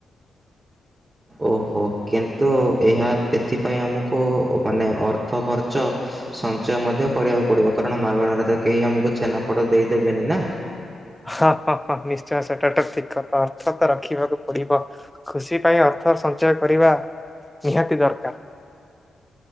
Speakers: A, on the right; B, in the centre.
A: ଓହୋ। କିନ୍ତୁ ଏହା ଏଥିପାଇଁ ଆମକୁ ମାନେ ଅର୍ଥ ଖର୍ଚ୍ଚ ସଞ୍ଚୟ ମଧ୍ୟ କରିବାକୁ ପଡିବ, କାରଣ ମାଗଣାରେ ତ କେହି ଆମକୁ ଛେନାପୋଡ଼ ଦେଇଦେବେନି ନା।
B: ହାଁ-ହଁ-ହଁ। ନିଶ୍ଚୟ ସେଟାଟ ଠିକ୍ କଥା, ଅର୍ଥ ତ ରଖିବାକୁ ପଡିବ। ଖୁସି ପାଇଁ ଅର୍ଥ ସଞ୍ଚୟ କରିବା ନିହାତି ଦରକାର।